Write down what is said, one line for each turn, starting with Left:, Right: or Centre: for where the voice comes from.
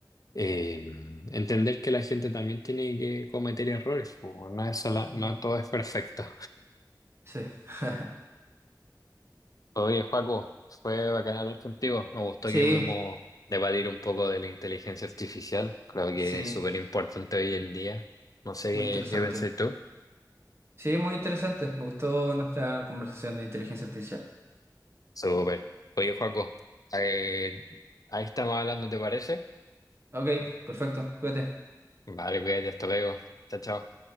Left: eh, entender que la gente también tiene que cometer errores, po. no es sola- no
Right: muy-
Left: todo es perfecto.
Right: sí. <laughs>
Left: Oye, Joaco, fue bacán hablar contigo, me gustó
Right: Sí,
Left: que pudimos debatir un poco de la inteligencia artificial, creo que
Right: sí,
Left: es súper importante hoy en día, no sé qué,
Right: muy interesante.
Left: qué pensáis tú.
Right: Sí, muy interesante. Me gustó nuestra conversación de inteligencia artificial.
Left: Súper. Oye, Joaco, eh, ahí estamos hablando, ¿te parece?
Right: Ok, perfecto, cuídate.
Left: Vale, cuídate, hasta luego. Chao, chao.